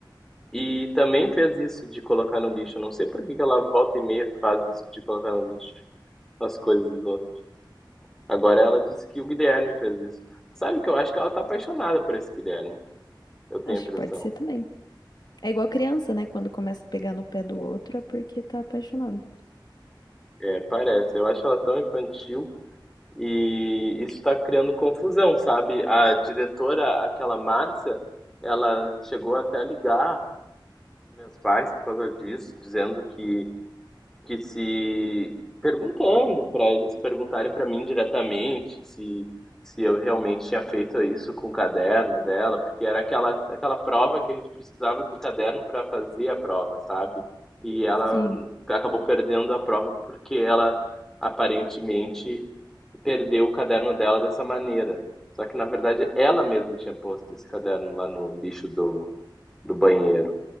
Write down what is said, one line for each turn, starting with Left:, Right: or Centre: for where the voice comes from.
Centre: e também fez isso de colocar no lixo. Eu Não sei por que que ela volta e meia faz isso de colocar no lixo as coisas dos outros. Agora ela disse que o Guilherme fez isso. Sabe que eu acho que ela tá apaixonada por esse Guilherme. Eu tenho
Left: Acho
Centre: a impressão.
Left: que pode ser também. É igual criança, né? Quando começa a pegar no pé do outro é porque tá apaixonado.
Centre: É, parece. Eu acho ela tão infantil e isso está criando confusão, sabe? A diretora, aquela Márcia, ela chegou até a ligar mensais por causa disso, dizendo que, que se perguntando para eles perguntarem para mim diretamente se se eu realmente tinha feito isso com o caderno dela, porque era aquela aquela prova que a gente precisava do caderno para fazer a prova, sabe? E ela
Left: Sim,
Centre: acabou perdendo a prova porque ela aparentemente perdeu o caderno dela dessa maneira. Só que na verdade ela mesma tinha posto esse caderno lá no lixo do, do banheiro.